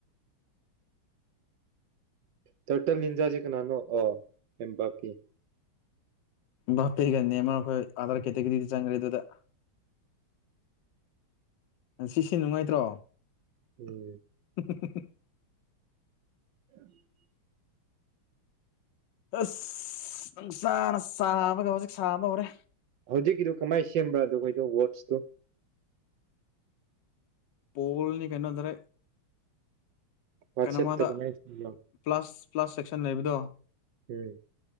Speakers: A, on the right; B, on the left.
A: turtle ꯅꯤꯟꯖꯥꯖꯤ ꯀꯅꯥꯅꯣ ꯑ ꯀꯟꯕꯥꯀꯤ
B: ꯕꯥꯄꯦꯒꯅꯦ ꯃꯈꯣꯏ ꯑꯥꯔꯔꯥꯏ ꯀꯦꯇꯒꯔꯤꯗꯤ ꯆꯪꯒ꯭ꯔꯦ ꯑꯗꯨꯗ ꯁꯤꯁꯤ ꯅꯨꯡꯉꯥꯏꯇ꯭ꯔꯣ
A: ꯎꯝ
B: ꯍꯝꯍꯝꯍꯝ
A: ꯑꯟꯑꯣꯗꯤꯕꯜ
B: ꯑꯁ ꯅꯨꯡꯁꯥꯅ ꯁꯥꯕꯒ ꯍꯧꯖꯤꯛ ꯁꯥꯕ ꯍꯧꯔꯦ
A: ꯍꯧꯖꯤꯛꯀꯤꯗꯨ ꯀꯃꯥꯏ ꯁꯦꯝꯕ꯭ꯔꯥꯗꯣ ꯑꯩꯈꯣꯏꯗꯣ ꯋꯥꯠꯁꯇꯣ
B: ꯄꯣꯜꯅꯤ ꯀꯩꯅꯣ ꯗꯔꯦ
A: ꯋꯥꯆꯦꯞꯇ
B: ꯀꯩꯅꯣ ꯃꯥꯗꯣ
A: ꯀꯃꯥꯏ ꯁꯦꯝꯕ꯭ꯔꯥ
B: ꯄ꯭ꯂꯁ ꯄ꯭ꯂꯁ ꯁꯦꯛ ꯈꯟꯅꯩꯕꯗꯣ
A: ꯎꯝ